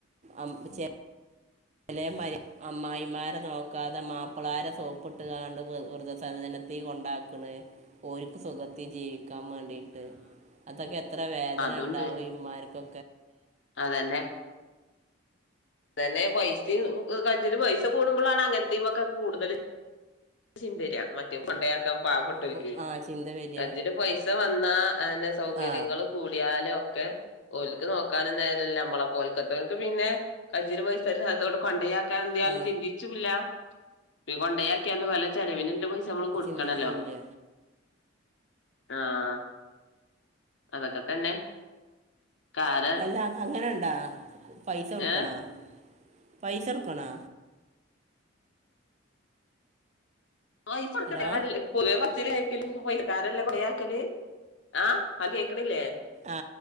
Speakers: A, on the right; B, on the left.
A: അംപുചെ <unintelligible> ചെലെ മരി അമ്മായിമാരെ നോക്കാതെ മാപ്ളാര സോപ്പിട്ട്കാണ്ട് വ വ്രധസജനത്തെ കൊണ്ടാക്കണ് ഓ ര്ക്ക് സുഖത്തി ജീവി- ക്കാൻ വേണ്ടിട്ട് അതൊക്കെ എത്ര വേദന
B: അതുണ്ട്
A: ഉണ്ടാവും ഇ്മാർക്കൊ
B: അതന്നെ തന്നെ പൈസിം ഉ കഞ്ജില് പൈസ കൂടുമ്പോളാണ് അങ്ങനത്തെമക്കാ കൂടുതൽ ചിന്തതരിയാ മറ്റേ കൊണ്ടയാക്കാ പാവപ്പെട്ടരക്
A: കു- ആ ചിന്ത വരിക
B: കജ്ജ്ല് പൈസ വന് ന്നാ അഅന്നെ സൗകര്യങ്ങള്
A: ആ
B: കൂടിയാല് ഒക്കെ ഓൽക്ക് നോക്കാനും നേരല്ല മ്മളെ പോൽക്കത്തക്ക് പിന്നെ കജ്ജ്ല് പൈസ എല്ലാത്തോണ്ട് കൊണ്ടയാ - <unintelligible> യാലും
A: ആ
B: ചിന്തിച്ചൂല്ല ത് കൊണ്ടായാ ക്ക് അൻ്റെ പല ചെലവിന്ള്ള പൈസ് സ നമ്മൾ കൊടുക്കണല്ലോ
A: ചിന്തിക്കൂല്ല
B: ആഹ് അതൊക്കെ തന്നെ കാലം
A: അല്ല അൻക്കങ്ങനെണ്ട് <unintelligible> പൈസ കൊടുക്കണോ?
B: ഏഹ്
A: പൈസൊട്ക്കണോ?
B: ആ പൈസ കൊടുക്കണ്ടി
A: ഹലോ
B: <unintelligible> പൊതുവെ പറച്ചില് ക്കലും പൈസക്കാരല്ലേ <unintelligible> ആ ആ കേക്കണില്ലേ
A: ആ